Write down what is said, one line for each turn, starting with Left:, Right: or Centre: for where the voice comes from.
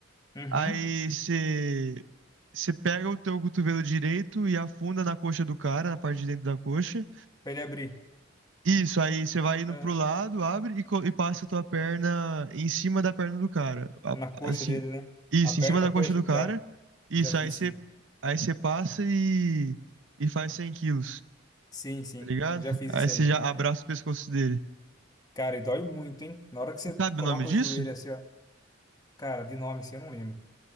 Left: uhum.
Right: aí você, você pega o teu cotovelo direito e afunda na coxa do cara, na parte de dentro da coxa,
Left: Pra ele abrir.
Right: Isso, aí você vai indo
Left: Aham.
Right: pro lado, abre e, co- e passa a tua perna em cima da perna do cara. A-
Left: Na coxa
Right: Assim,
Left: dele, né?
Right: isso,
Left: Aperta
Right: em cima da
Left: a
Right: coxa
Left: coxa?
Right: do cara.
Left: Já,
Right: Isso,
Left: já fiz
Right: aí você,
Left: sim.
Right: aí você passa e, e faz 100 quilos,
Left: Sim, sim,
Right: tá ligado?
Left: já fiz
Right: Aí
Left: isso
Right: você
Left: aí.
Right: já abraça
Left: É,
Right: o pescoço dele.
Left: cara, e dói muito, hein? Na hora que você
Right: E sabe
Left: coloca
Right: o nome disso?
Left: o joelho assim, ó, cara, de nome assim eu não lembro.